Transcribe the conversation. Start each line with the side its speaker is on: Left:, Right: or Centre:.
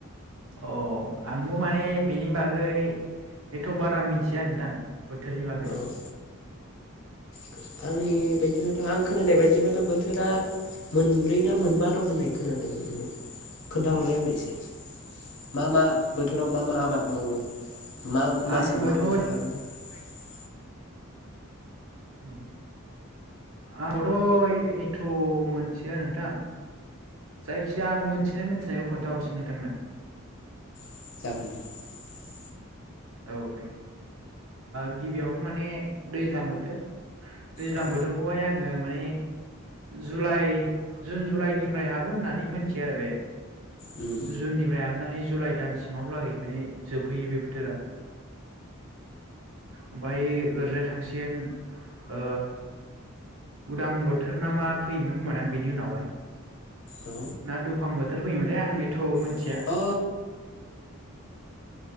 Right: औ आंबो माने बेनि बागै एथ' बारा मिथिया नोंथां बोथोरनि बागै
Left: औ <unintelligible> <unintelligible>
Right: आंबोथ' <unintelligible> आंबोथ' एथ' मोनथिया नोंथां जायखिजाया आं मोनथिनाय मोनथिनायखौ खोन्थाहरसै नोंथांनो
Left: <inaudible>
Right: औ दे गिबियावनो माने दैज्लां बोथोर दैज्लां
Left: औ
Right: बोथोरखौहाय आङो माने जुलाइ जुन जुलाइनिफ्राय हाबो होननानै मिथियो आरो बे
Left: उम
Right: जुननिफ्राय हाबनानै जुलाइ दानसिमाबहालागै माने जोबहैयो बे बोथोरा। ओमफाय ओरैजाय थांसिन ओ उदां ओ बोथोर ना मा फैयोमोन खोमा ना बेनि उनावहाय
Left: औ
Right: ना दुफां बोथोर फैयोमोनथायाय आं एथ'
Left: <unintelligible>
Right: मोनथिया
Left: ओ